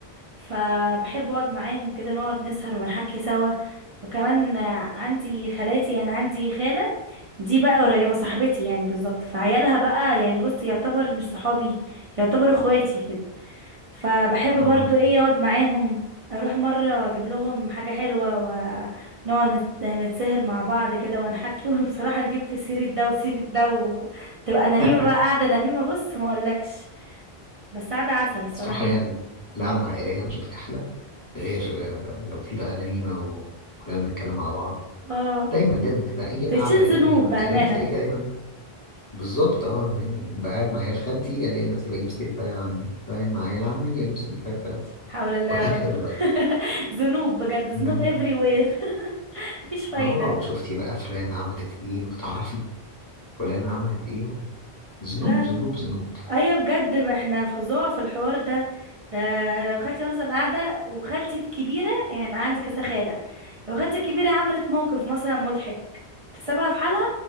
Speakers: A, on the right; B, on the left.
A: فبحب اقعد معاهم وكده نقعد نسهر ونحكي سوا وكمان آه، عندي خالاتي يعني عندي خاله دي بقى قريبه صاحبتي يعني بالظبط فعيالها بقى يعني بص يعتبر مش صحابي يعتبر اخواتي كده فبحب
B: آه.
A: برضو ايه اقعد معاهم اروح مرة اجيب لهم حاجة حلوة ونقعد نت- نتسهر مع بعض كده ونحكي <laughs> وبصراحة نجيب في سيرة ده وسيرة ده وتبقى نميمة
B: <laughs>
A: بقى قاعدة نميمة بص ما اقولكش بس قاعدة عسل الصراحة
B: صراحه
A: هنا
B: يعني القعده
A: مم.
B: العائليه مش بتحلى غير آه، لو في بقى نميمه وكلنا بنتكلم على بعض
A: اه
B: دايما لازم كده اي
A: تشين
B: قعده كده
A: ذنوب بأمانة
B: عائليه تلاقي فيها دايما بالظبط اه يعني بقعد مع عيال خالتي الاقي نفسي بجيب سيره عيال عمي بقعد مع عيال عمي اجيب سيره عيال خالتي
A: حول
B: <laughs>
A: الله
B: وهكذا
A: يا رب <laughs>
B: بقى.
A: ذنوب بجد ذنوب
B: جميل
A: everywhere <laughs> مفيش فايدة
B: اه وشفتي بقى فلانة عملت ايه وتعرفي فلانة عملت ايه ذنوب
A: لا لا
B: ذنوب ذنوب
A: ايوه بجد ما احنا فظاع في الحوار ده ده لو خالتي مثلا قاعده وخالتي الكبيره يعني أنا عندي كذا خاله لو خالتي الكبيره عملت موقف مثلا مضحك تسيبها في حالها